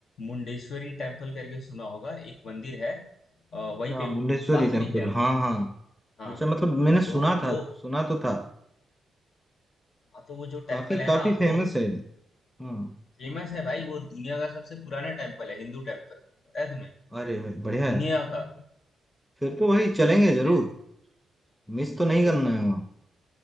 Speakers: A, on the left; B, in the centre.
A: मुंडेश्वरी टेम्पल करके सुना होगा एक मंदिर है अ, वहीं
B: अच्छा
A: पे
B: मुंडेश्वरी
A: पास
B: टेम्पल
A: में ही है
B: हाँ हाँ
A: हाँ
B: अच्छा मतलब मैंने
A: तो
B: सुना
A: वो
B: था सुना तो था
A: हाँ तो वो जो
B: काफी
A: टेम्पल है
B: काफी
A: ना
B: फेमस
A: वो
B: है हाँ
A: फेमस है भाई वो दुनिया का सबसे पुराना टेम्पल है हिंदू टेम्पल पता है तुम्हें
B: अरे भाई
A: दुनिया
B: बढ़िया है
A: का
B: फिर तो भाई चलेंगे
A: समझे?
B: जरूर मिस तो नहीं
A: वो
B: करना है वहाँ